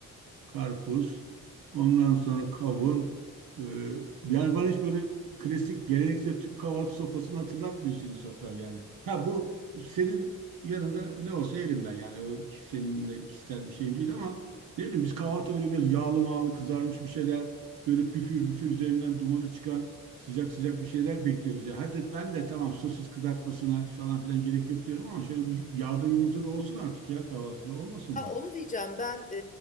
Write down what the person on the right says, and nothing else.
karpuz, ondan sonra kavun. Ee, yani bana hiç böyle klasik geleneksel Türk kahvaltı sofrasını hatırlatmıyor senin sofran yani. Ha bu senin yanında ne olsa yerim ben yani o seninle kişisel bir şeyim değil ama ne bileyim biz kahvaltı böyle biraz yağlı mağlı kızarmış bir şeyler böyle püfür püfür üzerinden dumanı çıkan sıcak sıcak bir şeyler bekliyoruz ya. Hadi ben de tamam sosis kızartmasına falan filan gerek yok diyorum ama şöyle bir yağda yumurta da olsun artık ya kahvaltıda olmasın
mı?